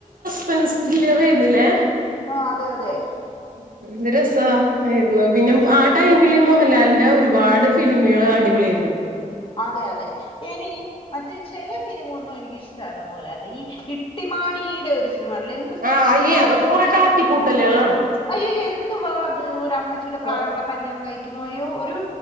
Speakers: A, on the right; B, on the left.
A: സ്പെൻസ് ത്രില്ലർ ആയിരുന്നില്ലേ
B: ആ അതെ അതെ
A: ഉം എന്ത് രസായിരുന്നു പിന്നെ ആ ടൈമില് മോഹൻലാലിന്റെ ഒരുപാട് ഫിലിമുകള് അടിപൊളി ആയിരുന്നു
B: അതെ അതെ എനിക്ക് മറ്റേ ചെല സിനിമയൊന്നും എനിക്ക് ഇഷ്ടല്ല മോഹൻലാലിന്റെ ഈ ഇട്ടിമാണീടെ ഒരു സിനിമണ്ടല്ലേ
A: ആഹ് അയ്യേ അതൊക്കെ കൊറെ കാട്ടിക്കൂട്ടലുകളാണ്
B: അയ്യയ്യോ എന്തുവാ അത് ഒരു അമ്മച്ചിയുടെ പ്രായമുള്ള
A: കൊറ
B: കല്യാണം കഴിക്കുന്നു അയ്യോ ഒരു